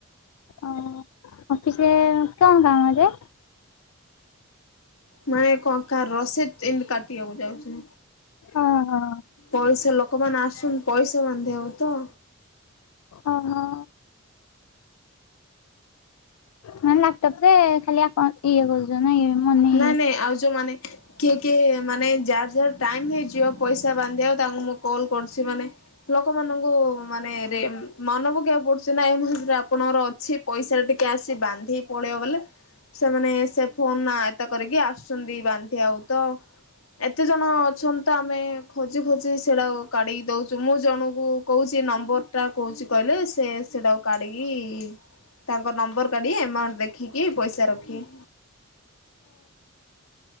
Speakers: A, on the left (about 85°); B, on the left (about 70°).
A: ଓ ଅଫିସରେ କଣ କାମ ଯେ?
B: ମାନେ କଣ କା ରଷିଦ୍ ଏମତି କାଟିଆକୁ ଯାଉଚି।
A: ଓହୋ
B: ପଇସା ଲକମାନେ ଆସଛନ୍ ପଇସା ବାନ୍ଧିଆକୁ ତ।
A: ଅ ହ। ମାନେ ଲାପଟପ୍ ରେ ଖାଲି ଆପଣ ଇଏ କରଛନ୍ ନାଇଁ ମନି
B: ନାଇଁ ନାଇଁ ଆଉ ଯୋଉମାନେ କିଏ କିଏ ମାନେ ଯାର ଯାର ଟାଇମ୍ ହେଇଯିବ ପଇସା ବାନ୍ଧିଆକୁ ତାଙ୍କୁ ମୁଁ କଲ୍ କରୁଛି ମାନେ ଲୋକମାନଙ୍କୁ ମାନେ ରେମ୍ ମନ ପକେବାକୁ ପଡୁଛି ନା ଏ ମାସରେ ଆପଣଙ୍କର ଅଛି ପଇସା ଟା ଟିକେ ଆସି ବାନ୍ଧି ପଳେଇବ ବଲେ ସେମାନେ ସେ ଫୋନ ନା ଏତା କରିକି ଆସୁଛନ୍ତି ବାନ୍ଧିଆକୁ ତ। ଏତେ ଜଣ ଅଛନ୍ତି ତ ଆମେ ଖୋଜି ଖୋଜି ସେଡାକୁ କାଢିକି ଦଉଚୁ। ମୁଁ ଜଣଙ୍କୁ କହୁଚି ନମ୍ବର ଟା କହୁଚି କହିଲେ ସେ ସେଡ଼ାକୁ କାଢିକି ତାଙ୍କ ନମ୍ବର କାଢି ଏମାଉଣ୍ଟ ଦେଖିକି ପଇସା ରଖିଏ।